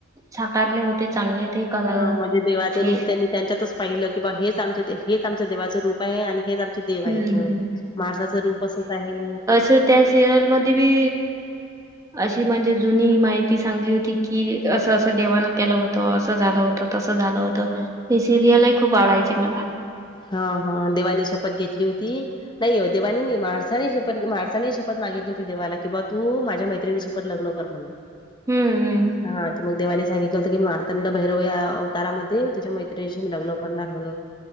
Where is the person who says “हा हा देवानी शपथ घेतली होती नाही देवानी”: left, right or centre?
Left